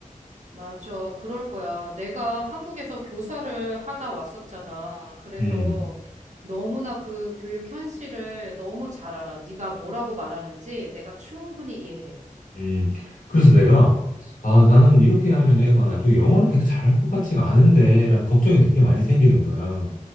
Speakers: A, on the right; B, on the left.
A: 맞아. 그럴 거야. 내가 한국에서 교사를 하다 왔었잖아. 그래서
B: 음,
A: 너무나 그 교육 현실을 너무 잘 알아. 네가 뭐라고 말하는지 내가 충분히 이해해.
B: 음. 그래서 내가 아, 나는 이렇게 하면 애가 나중에 영어를 되게 잘할 것 같지가 않은데 라는 걱정이 되게 많이
A: 응,
B: 생기는 거야.